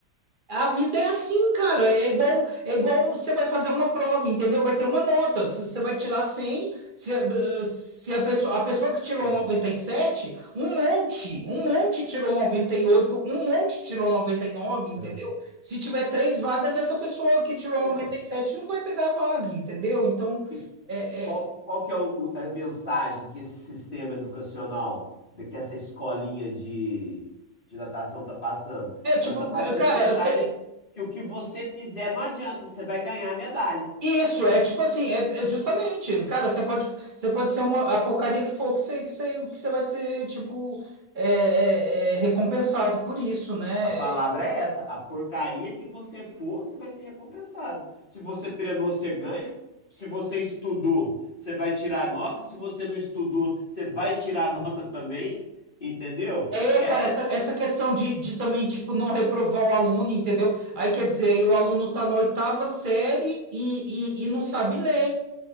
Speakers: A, on the right; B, on the left.
A: a vida é assim, cara. É igual, é igual você vai fazer uma prova, entendeu? Vai ter uma nota. Se você vai tirar 100 se, a- se a pessoa, a pessoa que tirou
B: É,
A: noventa e sete um monte, um monte tirou noventa e oito um monte tirou noventa e nove entendeu?
B: é.
A: Se tiver três vagas, essa pessoa que tirou
B: É,
A: noventa
B: ó.
A: e sete não vai pegar a vaga, entendeu? Então,
B: O
A: é,
B: Qual,
A: é,
B: qual que é o- o- a mensagem que esse sistema educacional, de- que essa escolinha de, de natação está passando?
A: é tipo,
B: Ela está passando
A: cara,
B: a mensagem
A: você
B: que o que você fizer não adianta, você vai ganhar a medalha.
A: Isso, é tipo assim, é, é justamente, cara, você pode, você pode ser uma, a porcaria que for que você, que você, que você vai ser, tipo, é, é, é recompensado por isso, né?
B: A palavra é essa, a porcaria que você for, você vai ser recompensado. Se você treinou, você ganha. Se você estudou, você vai tirar a nota. Se você não estudou, você vai tirar a nota também, entendeu?
A: É,
B: É
A: cara, essa, essa questão de, de também, tipo, não reprovar o aluno, entendeu? Aí quer dizer, aí o aluno tá na oitava série e, e, e não sabe ler.